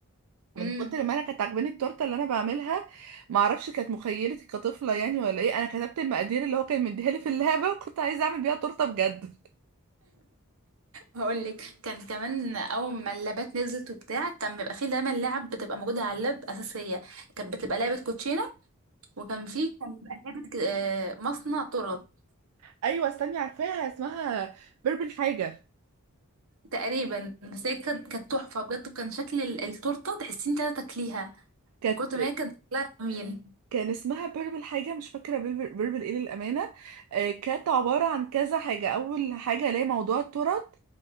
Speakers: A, on the right; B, on the right.
A: من
B: امم
A: كتر ما انا كانت عاجباني التورته اللي انا بعملها معرفش كانت مخيلتي كطفله يعني ولا ايه انا كتبت المقادير اللي هو كان مديها لي في اللعبه <laughs> وكنت عايزه اعمل بيها تورته بجد
B: هقول لك كان كمان اول ما اللابات نزلت وبتاع كان بيبقى فيه دايما لعب بتبقى موجودة على اللاب اساسية كانت بتبقى لعبة كوتشينة وكان فيه كان بيبقى لعبة ك- آه، مصنع تورت
A: <laughs> ايوه استني عارفاها اسمها بيربل حاجه
B: تقريبا بس هي كانت كانت تحفة بجد وكان شكل ال- التورتة تحسين انت تاكليها
A: كانت
B: من كتر ما هي كانت شكلها جميل
A: كان اسمها بيربل حاجة مش فاكرة بيربل, بيربل ايه للأمانة آه كانت عبارة عن كذا حاجة أول حاجة اللي هي موضوع الترط